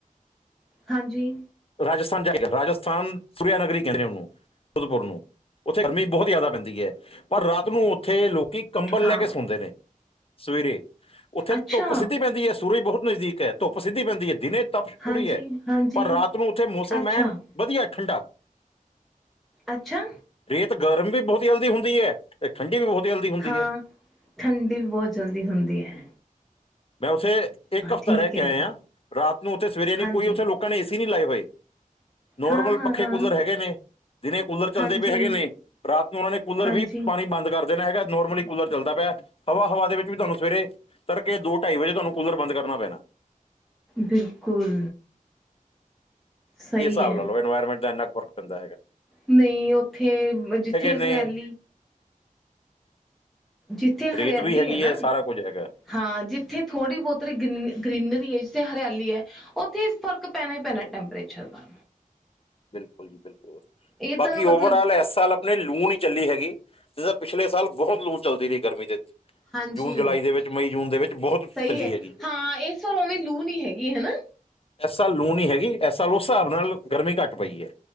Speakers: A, in the centre; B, on the left.
A: ਹਾਂਜੀ।
B: ਰਾਜਸਥਾਨ ਜਾਈਦਾ ਰਾਜਸਥਾਨ ਸੁਰੇਆ ਨਗਰੀ ਕੇਂਦੇ ਓਨੂੰ। ਪੁਰ ਨੂੰ। ਓਥੇ ਗਰਮੀ ਬੋਤ ਜਾਦਾ ਪੈਂਦੀ ਐ। ਪਰ ਰਾਤ ਨੂੰ ਓਥੇ ਲੋਕੀ ਕੰਬਲ
A: ਹਾਂ
B: ਲੈ ਕੇ ਸੌਂਦੇ ਨੇ ਸਵੇਰੇ। ਓਥੇ
A: ਅੱਛਾ
B: ਧੁੱਪ ਸਿੱਧੀ ਪੈਂਦੀ ਐ ਸੂਰਜ ਬੋਹਤ ਨਜ਼ਦੀਕ ਐ। ਧੁੱਪ ਸਿੱਧੀ ਪੈਂਦੀ ਐ। ਦਿਨੇ ਤਪਸ਼ ਪੂਰੀ
A: ਹਾਂਜੀ
B: ਐ,
A: ਹਾਂਜੀ
B: ਪਰ ਰਾਤ ਨੂੰ ਓਥੇ ਮੋਸਮ
A: ਅੱਛਾ
B: ਐਨ ਵਧੀਆ ਠੰਡਾ।
A: ਅੱਛਾ!
B: ਰੇਤ ਗਰਮ ਵੀ ਬੋਹਤ ਜਲਦੀ ਹੁੰਦੀ ਐ ਤੇਠੰਡੀ ਵੀ ਬੋਤ ਜਲਦੀ ਹੁੰਦੀ
A: ਹਾਂ,
B: ਹੈ
A: ਠੰਡੀ ਵੀ ਬੌਤ ਜਲਦੀ ਹੁੰਦੀ ਐ।
B: ਮੈਂ ਓਥੇ ਏਕ ਹਫ਼ਤਾ
A: ਠੀਕ
B: ਰੈ ਕੇ
A: ਹੈ
B: ਆਏਆਂ ਰਾਤ ਨੂੰ ਓਥੇ ਸਵੇਰੇ ਨੀ
A: ਹਾਂਜੀ
B: ਕੋਈ ਓਥੇ ਲੋ ਕਾਂ ਨੇ ਏ ਸੀ ਨੀ ਲਾਏ ਹੋਏ। ਨੋਰਮਲ
A: ਹਾਂ ਹਾਂ
B: ਪੱਖੇ
A: ਹਾਂ
B: ਕੂਲਰ ਹੈਗੇ ਨੇ। ਦਿਨੇ ਕੂਲਰ ਚੱਲਦੇ
A: ਹਾਂਜੀ
B: ਪੇ ਹੈਗੇ ਨੇ ਰਾਤ ਨੂੰ ਓਨਾਂ ਨੇ ਕੂਲਰ
A: ਹਾਂਜੀ
B: ਵੀ ਪਾਣੀ ਬੰਦ ਕਰ ਦੇਣਾ ਹੈਗਾ ਨੋਰਮਲੀ ਕੂਲਰ ਚੱਲਦਾ ਪਿਐ ਹਵਾ ਹਵਾ ਦੇ ਵਿੱਚ ਵੀ ਧੋਆਨੂੰ ਸਵੇਰੇ ਤਰਕੇ ਦੋ ਢਾਈ ਵਜੇ ਧੋਆਨੂੰ ਕੂਲਰ ਬੰਦ ਕਰਨਾ ਪੈਣਾ।
A: ਬਿਲਕੁਲ। ਸਹੀ
B: ਏ ਸਾਬ
A: ਹੈ
B: ਲਾ ਲੋ ਇਨਵਾਇਰਮੈਂਟ ਦਾ ਏਨਾ ਕ ਫਰਕ ਪੈਂਦਾ ਹੈਗੈ।
A: ਨਈ ਓਥੇ ਬ ਜਿੱਥੇ
B: ਨੇ
A: ਹਰਆਲੀ ਜਿੱਥੇ
B: ਰੇਤ
A: ਹਰਆਲੀ
B: ਵੀ ਹੈਗੀ
A: ਐ ਨਾ
B: ਹੈ ਸਾਰਾ ਕੁਝ ਹੈਗਾ
A: ਹਾਂ ਜਿੱਥੇ ਥੋੜ੍ਹੀ ਬੋਤ ਰਿਗਨ ਗ੍ਰਰੀਨਰੀ ਐ ਜਿੱਥੇ ਹਰਆਲੀ ਐ ਓਥੇ ਫ਼ਰਕ ਪੈਨਾ ਈ ਪੈਨਾ ਟੈਂਪਰੇਚਰ ਦਾ।
B: ਬਿਲਕੁਲ ਜੀ ਬਿਲਕੁਲ,
A: ਇਹ
B: ਬਾਕੀ
A: ਤਾਂ ਮਤਲਬ
B: ਓਵਰਆਲ ਐਸ ਸਾਲ ਅਪਨੇ ਲੂੰ ਨੀ ਚੱਲੀ ਹੈਗੀ ਜਿਸਾਂ ਪਿਛਲੇ ਸਾਲ ਬੋਹ ਲੂ ਚਲਦੀ ਰਈ ਗਰਮੀ ਦੇ ਵਿ
A: ਹਾਂਜੀ
B: ਜੂਨ ਜਲਾਈ ਦੇ ਵਿੱਚ ਮਈ ਜੂਨ ਦੇ ਵਿੱਚ ਬੋਹਤ
A: ਸਹੀ
B: ਚੱਲੀ
A: ਹੈ
B: ਐਗੀ।
A: ਹਾਂ ਇਸ ਵਾਰ ਉਵੇਂ ਲੂ ਨਹੀਂ ਹੈਗੀ ਹਨਾ
B: ਐਸਾਲ ਲੂ ਨੀ ਹੈਗੀ। ਐਸਾਲ ਓਸ ਸਾਬ ਨਾਲ ਗਰਮੀ ਘੱਟ ਪਈ ਐ।